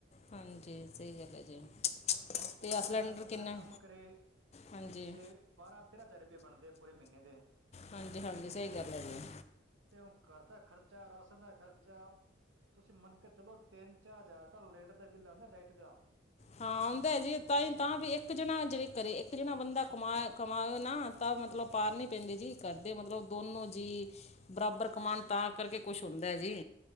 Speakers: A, on the left (about 35°); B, on the right (about 80°).
A: ਹਾਂਜੀ ਸਹੀ ਗੱਲ ਹੈ ਜੀ।
B: ਹੁਣ ਪੂਰਾ
A: ਤੇ ਆ ਸਿਲੰਡਰ
B: ਮਹੀਨਾ ਬੰਦਾ
A: ਕਿੰਨਾ
B: ਕੰਮ ਕਰੇ
A: ਹਾਂਜੀ
B: ਤੇ ਬਾਰਾਂ ਤੇਰਾਂ ਹਜ਼ਾਰ ਰੁਪਏ ਬਣਦੇ ਆ ਪੂਰੇ ਮਹੀਨੇ ਦੇ।
A: ਹਾਂਜੀ-ਹਾਂਜੀ ਸਹੀ ਗੱਲ ਹੈਗੀ ਏ।
B: ਤੇ ਔ ਘੱਰ ਦਾ ਖਰਚਾ, ਰਾਸ਼ਨ ਦਾ ਖਰਚਾ। ਤੁਸੀਂ ਮੰਨ ਕੇ ਚਲੋ ਤਿੰਨ-ਚਾਰ ਹਜ਼ਾਰ ਦਾ ਲੇਟ ਦਾ ਬਿੱਲ ਆਂਦਾ ਲਾਈਟ ਦਾ।
A: ਹਾਂ, ਆਉਂਦਾ ਐ ਜੀ ਤਾਂ ਹੀ ਤਾਂ ਬੀ ਇੱਕ ਜਣਾ ਜਿਵੇ ਕਰੇ ਇੱਕ ਜਣਾ ਬੰਦਾ ਕਮਾ ਕਮਾਵੇ ਨਾ ਤਾਂ ਮਤਲਬ ਪਾਰ ਨੀ ਪੈਂਦੀ ਜੀ, ਘਰਦੇ ਮਤਲਬ ਦੋਨੋਂ ਜੀ ਬਰਾਬਰ ਕਮਾਣ ਤਾਂ ਕਰਕੇ ਕੁਛ ਹੁੰਦੈ ਜੀ।